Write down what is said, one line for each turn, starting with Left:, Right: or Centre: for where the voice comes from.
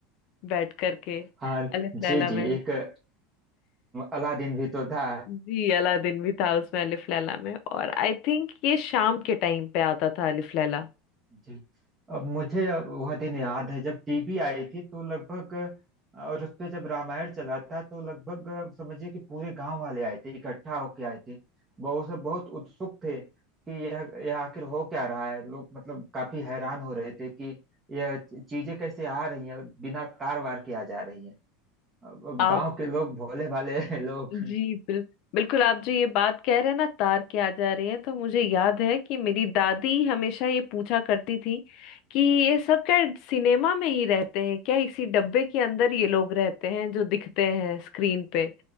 Left: बैठ करके
Right: हाँ
Left: अलिफ
Right: जी
Left: लैला
Right: जी
Left: में
Right: एक अ, अलादीन भी तो था
Left: जी अलादीन भी था उसमें अलिफ लैला में और आई थिंक ये शाम के टाइम पे आता था अलिफ लैला
Right: जी अब मुझे वह दिन याद है जब टीवी आई थी तो लगभग और उस पे जब रामायण चला था तो लगभग समझिए कि पूरे गांव वाले आए थे इकट्ठा होके आए थे बहुत सब बहुत उत्सुक थे कि यह यह आखिर हो क्या रहा है लोग मतलब काफी हैरान हो रहे थे कि यह चीजें कैसे आ रही हैं बिना तार वार के आ जा रही हैं अब
Left: आप
Right: गांव के लोग भोले भाले <laughs> लोग
Left: जी बिल, बिल्कुल आप जो ये बात कह रहे हैं ना तार के आ जा रही है तो मुझे याद है कि मेरी दादी हमेशा ये पूछा करती थी कि ये सब क्या सिनेमा में ही रहते हैं क्या इसी डब्बे के अंदर ये लोग रहते हैं जो दिखते हैं स्क्रीन पे